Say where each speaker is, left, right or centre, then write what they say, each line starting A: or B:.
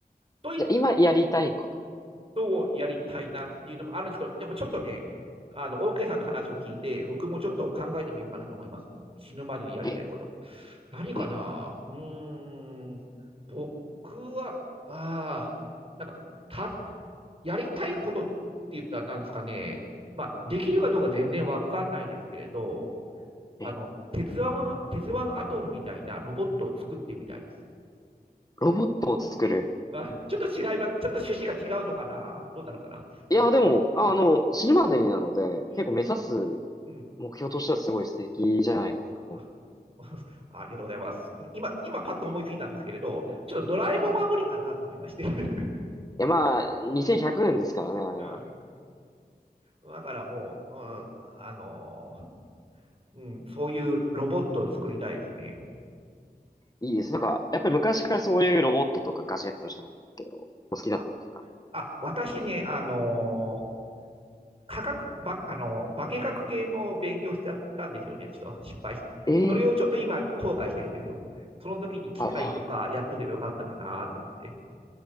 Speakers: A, on the right (about 35°); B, on the left (about 20°).
A: と言っ
B: じゃあ今やりたいこと。
A: とやりたいなっていうのもあるんですけど、でもちょっとね、あの、OK さんの話を聞いて、僕もちょっと考えてみようかなと思います。死ぬまでにやりたいこと。
B: え、
A: 何かなうーん、
B: え
A: 僕は、ああ、なんか、た、やりたいことって言ったらなんですかね、まあ、できるかどうか全然わかんないですけれど、あの、
B: ー、え、
A: 鉄腕、鉄腕アトムみたいなロボットを作ってみたいです。
B: ロボットを作る。
A: あ、ちょっと違います。ちょっと趣旨が違うのかなどうなのかな、
B: いや、でも、あの、
A: うん、
B: 死ぬまでになので、
A: うん、
B: 結構目指す
A: うん。
B: 目標としてはすごい素敵じゃないですか
A: あ、あ <laughs> ありがとうございます。今、今パッと思いついたんですけれど、
B: ね。
A: ちょっとドラえもんは無理かなと思いまして。
B: え、え、い
A: <laughs>
B: や、まあ、2100年ですからね、あれは。
A: うんだからもう、うん、あのうん、そういうロボットを作りたいですね。
B: いいです。なんか、やっぱり昔からそういうロボットとかガジェットじゃないんですけど、お好きだったんですか
A: あ、あ私ね、あの科学、ば、あの化学系の勉強しちゃったんですよね。ちょっと失敗し。
B: ええ
A: それをちょっと今後悔してるんですよ。その時に機械とかやっとけばよかったかなと思って。
B: ああ、